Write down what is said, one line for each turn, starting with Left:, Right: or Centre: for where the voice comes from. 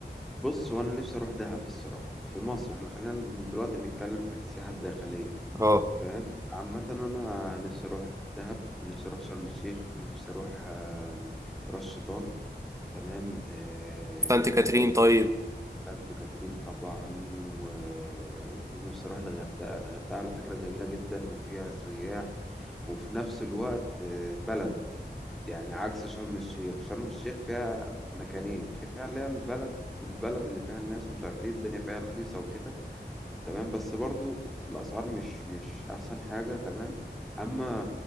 Centre: بص وانا نفسي اروح دهب الصراحه في مصر احنا خلينا دلوقتي نتكلم في السياحه الداخليه
Right: اه
Centre: فاهم عامه انا نفسي اروح دهب نفسي اروح شرم الشيخ نفسي اروح آه، راس شيطان تمام آه،
Right: سانت كاترين
Centre: الجو
Right: طيب
Centre: سانت كاترين طبعا و... ونفسي اروح الغردقه الغردقه على فكره جميله جدا وفيها سياح وفي نفس الوقت آه، بلد يعني عكس شرم الشيخ شرم الشيخ فيها مكانين فيها اللي هي البلد البلد اللي فيها الناس ومش عارف ايه الدنيا فيها رخيصه وكده تمام بس برضو الاسعار مش مش احسن حاجه تمام اما